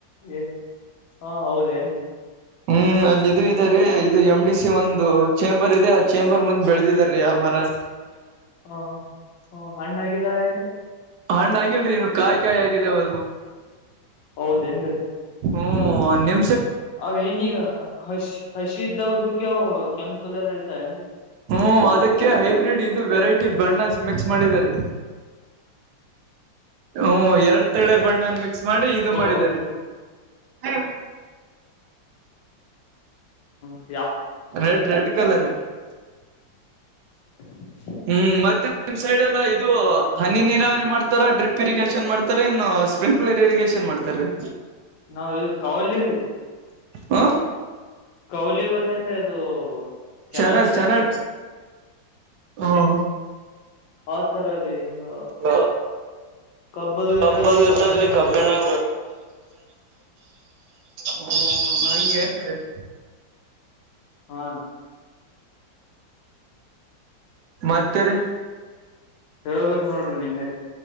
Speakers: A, on the left (about 80°); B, on the right (about 70°).
A: ಏ ಹಾ ಹೌದೇಏನ್ರಿ
B: ಹ್ಮ್ ಅಲ್ಲಿ ಇದು ಇದೆ ರೀ ಇದು ಎಮ್ ಡಿ ಸಿ ಒಂದು ಚೇಂಬರ್ ಇದೆ ಆ ಚೇಂಬರ್ ಮುಂದ್ ಬೆಳೆದಿದಾರ ರೀ ಆ ಮರನ್
A: ಹಾ ಹ ಹಣ್ಣಾಗಿದ್ದಾವೆ ಏನ್ರಿ
B: ಹಣ್ಣ ಆಗಿಲ್ರಿ ಕಾಯಿ ಕಾಯಿ ಆಗಿದೆ ಅವ
A: ಹೌದೇನ್ರೀ
B: ಹ್ಮ ನಿ
A: ಅವ ನಗ ಹ ಹಸಿ ಇದ್ದಸಕ್ಕೆವು ಕೆಂಪು ಕಲರ್ ಇರ್ತ ಅನ್ರಿ
B: ಹ್ಮ ಅದಕ್ಕೆ ಹೈಬ್ರಿಡ್ ಇದು ವೆರೈಟಿ ಬಣ್ಣ ಮಿಕ್ಸ್ ಮಾಡಿದ ರ ಹ್ಮ ಎರಡ್ ತಳೆ ಬಣ್ಣ ಮಾಡಿ ಇದು
A: ಓ
B: ಮಾಡಿದರೆ ರೀ
A: ಹಾ
B: ರೆಡ್ ರೆಡ್ ಕಲರ್
A: <unintelligible>
B: ಹ್ಮ್ ಮತ್ತೆ ನಿಮ್ ಸೈಡ್ ಎಲ್ಲಾ ಇದು ಹನಿ ನೀರಾವರಿ ಮಾಡ್ತಾರ ಡ್ರಿಪ್ ಇರಿಗೇಶನ್ ಮಾಡ್ತಾರೆ ಇನ್ನು ಸ್ಪ್ರಿಂಕ್ಲರ್ ಇರಿಗಷನ್ ಮಾಡ್ತಾರ ರೀ
A: ನಾವ್ ಇದು ಕೌಲಿ
B: ಹ
A: ಕೌಲಿ ಗೊತ್ತೇನ್ರಿ ಅದು ಕೆನಾಲ್
B: ಚಾನಲ್
A: ಶೇಪ್
B: ಚಾನಲ್ ಹ್ಮ್
A: ಆ ತರ ರೀ ಹಿಂಗ
B: ಹ
A: ಕಬ್ಬದು
B: ಕಬ್ಬದ
A: ಇರ್ತರ್ಲಿ ಕಬ್ಬಿನ
B: ಇರ್ತ ಅಲ್ಲಿ
A: ಹಿಂಗ
B: ಕಬ್ಬಣ <inaudible> ಹ್ಮ ಹಗೆ <unintelligible>
A: ಹಾ
B: ಮತ್ತರಿ
A: ಹೇಳ್ಬೇಕಕ್ ನೋಡ್ರಿ ನೀಮೇರಿ